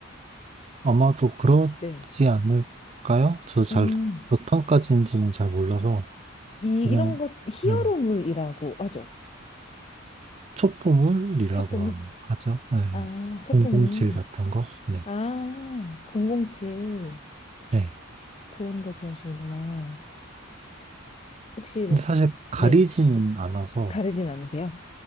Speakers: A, on the right; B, on the left.
A: 아마도 그렇지
B: 네.
A: 않을까요? 저도 잘,
B: 음,
A: 보통까지인지는 잘 몰라서,
B: 이,
A: 그냥,
B: 이런 것, 히어로물이라고
A: 네,
B: 하죠.
A: 촉보물이라고
B: 첩보물?
A: 하죠. 네,
B: 아, 첩보물.
A: 007 같은 거. 네.
B: 아, 007.
A: 네.
B: 그런 거 좋아하시는구나. 혹시 뭐,
A: 근데 사실 가리진
B: 네.
A: 않아서,
B: 가리진 않으세요?